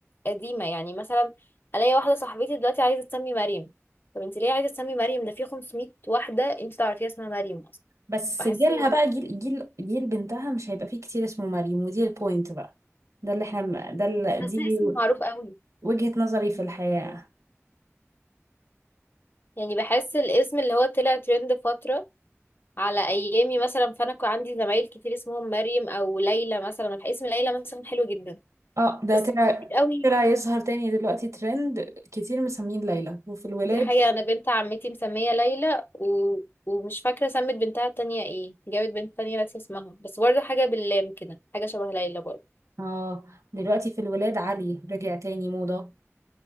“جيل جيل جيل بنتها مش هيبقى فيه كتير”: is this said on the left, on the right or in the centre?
Right